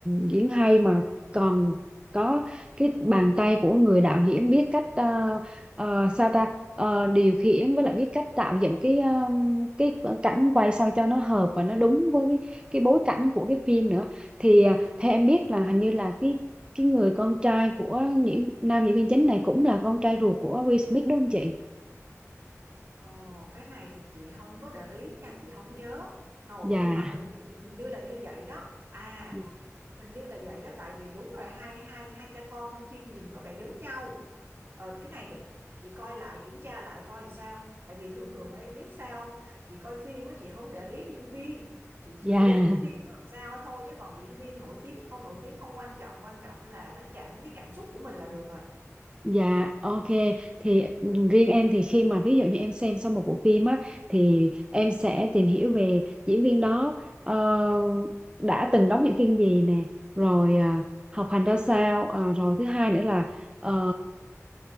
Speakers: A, on the right; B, on the right.
A: diễn hay mà còn có cái bàn tay của người đạo diễn biết cách ờ, ờ, sao ta Ờ, điều khiển với lại biết cách tạo dựng cái ờ, cái cảnh quay sao cho nó hợp và nó đúng với cái, cái bối cảnh của cái phim nữa. Thì ờ, theo em biết là hình như là cái cái người con trai của những nam diễn viên chính này cũng là con trai ruột của Will Smith đúng không chị?
B: Ồ, cái này thì chị không có để ý nha, chị không nhớ. Hầu
A: Dạ,
B: nhưng mà hình như hình như là như vậy đó. À,
A: dạ,
B: hình như là vậy đó tại vì đúng rồi hai hai hai cha con trong phim nhìn có vẻ giống nhau. Ờ, cái này để chị chị coi lại kiểm tra lại coi làm sao. Tại vì thường thường em biết sao không? Chị coi phim á chị không để ý diễn viên, chị chỉ
A: dạ.
B: để
A: dạ.
B: ý cái phim nó làm sao thôi chứ còn diễn viên nổi tiếng hay không nổi tiếng không quan trọng, quan trọng là nó chạm đến cái cảm xúc của mình là được rồi.
A: Dạ, ok. Thì riêng em thì khi mà ví dụ như em xem xong một bộ phim á thì em sẽ tìm hiểu về diễn viên đó ờ, đã từng đóng những phim gì nè, rồi ờ, học hành ra sao, ờ, rồi thứ hai nữa là ờ,